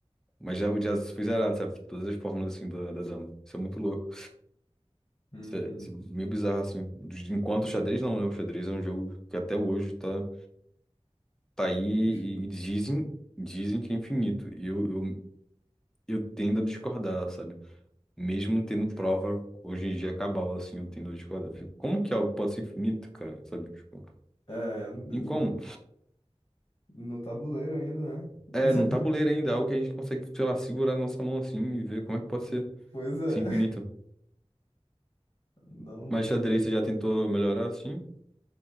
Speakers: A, in the centre; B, on the left.
A: Mas já, já foi zerado, sabe? Todas as fórmulas assim da, da dama. Isso é muito louco.
B: Uhum.
A: Isso é, isso é meio bizarro, assim. Dos- Enquanto o xadrez não, né? O xadrez é um jogo que até hoje tá, tá aí e,
B: Ux,
A: e dizem, dizem que é infinito. E eu, eu, eu tendo a discordar, sabe? Mesmo tendo prova, hoje em dia é cabal, assim, eu tendo de quadra. Fico, Como que algo pode ser infinito, cara? Sabe? Tipo,
B: É, no,
A: em como?
B: no tabuleiro ainda, né? <laughs>
A: É, num tabuleiro ainda, algo que a gente consegue, sei lá, segurar na nossa mão assim e ver como é que pode ser,
B: Pois é.
A: ser infinito.
B: Não.
A: Mas xadrez você já tentou melhorar assim?